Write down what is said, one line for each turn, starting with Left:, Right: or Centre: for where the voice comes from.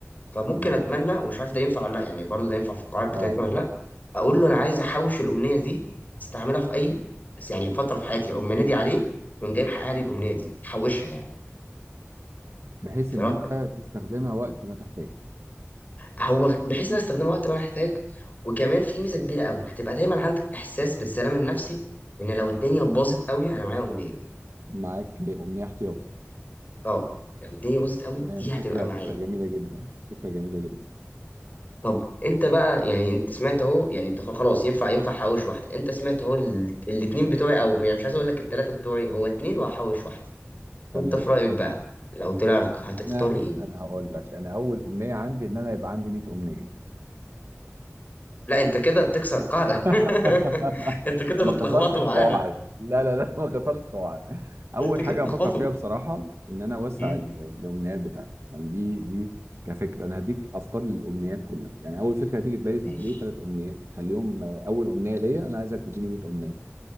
Left: فممكن
Right: تمام
Left: اتمنى ومش عارف ده ينفع ولا لا يعني برضه ده ينفع في القواعد بتاعتنا
Right: اه
Left: ولا لا اقول له انا عايز احوش الامنيه دي استعملها في اي بس يعني فتره في حياتي اقوم منادي عليه ويقوم جاي محقق لي الامنيه دي حوشها يعني
Right: بحيث
Left: فرا-
Right: إن أنت تستخدمها وقت ما تحتاج
Left: هو بحيث ان أنا استخدمها وقت ما أنا احتاج وكمان في ميزه كبيره قوي هتبقى دايما عندك احساس بالسلام النفسي ان لو الدنيا باظت قوي انا معايا امنيه
Right: معاك أمنية احتياطي
Left: اه لو الدنيا باظت قوي
Right: تمام
Left: دي
Right: فكرة
Left: هتبقى معايا
Right: فكرة جميلة جدا فكرة جميلة جدا
Left: طب انت بقى يعني انت سمعت اهو يعني انت خلاص ينفع ينفع احوش واحده انت سمعت اهو ال- الاتنين بتوعي او يعني مش عايز اقول لك التلاته بتوعي هو اتنين وهحوش واحده
Right: تمام
Left: انت في رايك بقى لو طلع لك هتختار
Right: أنا
Left: ايه
Right: أنا هقول لك أنا أول أمنية عندي إن أنا يبقى عندي 100 أمنية
Left: لا انت كده بتكسر قاعده <laughs>
Right: <laughs>
Left: انت كده
Right: ما
Left: بتلخبطوا
Right: كسرتش
Left: معانا
Right: قواعد لا لا لا ما كسرتش قواعد اول
Left: انت كده
Right: حاجه
Left: بتلخبطوا
Right: افكر فيها بصراحه ان انا اوسع
Left: امم،
Right: ال- الامنيات بتاعتي يعني دي دي كفكره انا هديك افكار للامنيات كلها يعني اول فكره هتيجي في بالي
Left: ماشي
Right: طب ليه ثلاث امنيات خليهم آه، اول امنيه ليا انا عايزك تديني 100 امنيه